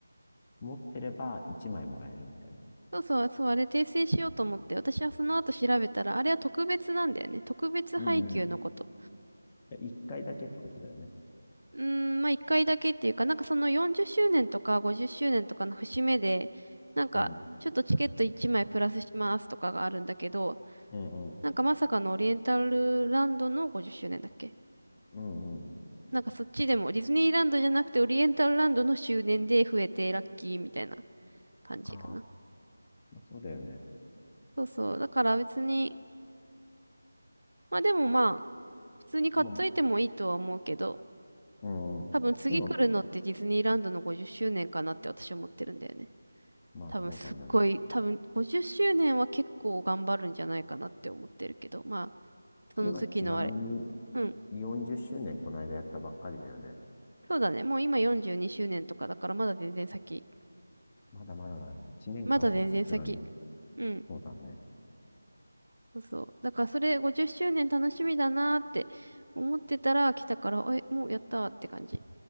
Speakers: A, on the left (about 20°); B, on the right (about 90°).
A: 持ってれば1枚もらえるみたいな。
B: そうそう、そう、あれ訂正しようと思って、私はその後調べたら、あれは特別なんだよね。特別配給のこと。
A: うんうん。1回だけってことだよね。
B: うーん、まあ一回だけっていうか、なんかその40周年とか50周年とかの節目で、なんかちょっとチケット1枚プラスしますとかがあるんだけど、
A: うんうん。うん
B: なんかまさかのオリエンタルランドの50周年だっけ
A: うんうん。
B: なんかそっちでも、ディズニーランドじゃなくてオリエンタルランドの周年で増えてラッキーみたいな感じかな。
A: ああ、まあ、そうだよね。
B: そうそう。だから別に、まあでもまあ、普通に買っといてもいいとは思うけど、
A: もう、うん、
B: 多分次来るのってディズニーランドの50周年かなって私は思ってるんだよね。
A: 今、まあそうだね。
B: 多分すっごい、多分50周年は結構頑張るんじゃないかなって思ってるけど、まあ、その時のあれ。
A: 今、ちなみに
B: うん。
A: 40周年この間やったばっかりだよね。
B: そうだね。もう今42周年とかだからまだ全然先。
A: まだまだだね。8年間はさすがに。
B: まだ全然先。うん。
A: そうだね。
B: そうそう。だからそれ50周年楽しみだなーって思ってたら来たから、え、もうやったーって感じ。